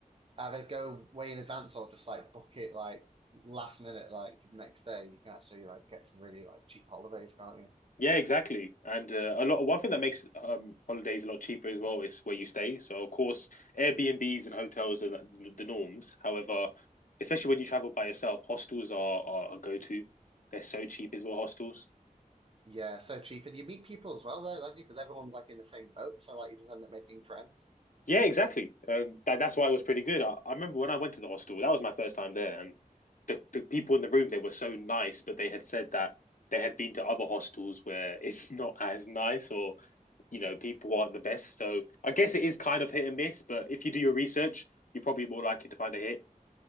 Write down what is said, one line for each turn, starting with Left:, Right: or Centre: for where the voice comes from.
Right: either go way in advance or just like book it like last minute, like for the next day, you can actually like get some really like cheap holidays, can't you?
Left: Yeah, exactly. And uh, a lot. One thing that makes um, holidays a lot cheaper as well is where you stay. So of course, Airbnbs and hotels are the the norms. However, especially when you travel by yourself, hostels are are a go to. They're so cheap as well. Hostels.
Right: Yeah, so cheap, and you meet people as well there, don't you? Because everyone's like in the same boat, so like you just end up making friends.
Left: Yeah, exactly. Um, that that's why it was pretty good. I, I remember when I went to the hostel. That was my first time there, and the the people in the room they were so nice, but they had said that they had been to other hostels where it's <laughs> not as nice or you know people aren't the best. So I guess it is kind of hit and miss. But if you do your research, you're probably more likely to find a hit.